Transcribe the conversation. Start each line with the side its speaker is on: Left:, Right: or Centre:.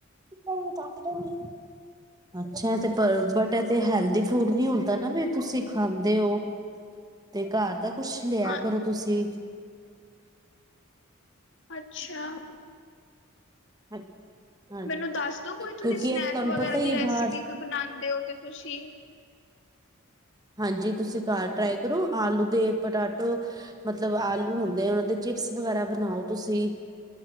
Right: <inaudible>
Left: <inaudible>
Right: ਅੱਛਾ ਤੇ ਪਰ ਬਟ ਇਹ ਤੇ ਹੈਲਦੀ ਫੂਡ ਨੀ ਹੁੰਦਾ ਨਾ ਵੀ ਤੁਸੀਂ ਖਾਂਦੇ ਔ, ਤੇ ਘਰ ਦਾ ਕੁਛ ਲਿਆ
Left: ਹਾਂ
Right: ਕਰੋ ਤੁਸੀਂ,
Left: ਅੱਛਾ,
Right: <unintelligible>
Left: ਮੈਨੂੰ ਦੱਸ ਦੋ ਕੋਈ
Right: ਕਿਉਂਕਿ
Left: ਤੁਸੀਂ ਸਨੈਕ
Right: ਇਹ ਤੁਹਾਨੂੰ
Left: ਵਗੈਰਾ
Right: ਪਤਾ ਹੀ
Left: ਦੀ
Right: ਹੈ
Left: ਰੈਸਿਪੀ
Right: ਬਾਹਰ
Left: ਕੋਈ ਬਣਾਦੇ ਔ ਤੇ ਤੁਸੀਂ
Right: ਹਾਂਜੀ ਤੁਸੀਂ ਘਰ ਟਰਾਈ ਕਰੋ ਆਲੂ ਦੇ ਪਟਾਟੋ, ਮਤਲਬ ਆਲੂ ਹੁੰਦੇ ਆ ਉਨਾਂ ਦੇ ਚਿਪਸ ਵਗੈਰਾ ਬਣਾਓ ਤੁਸੀਂ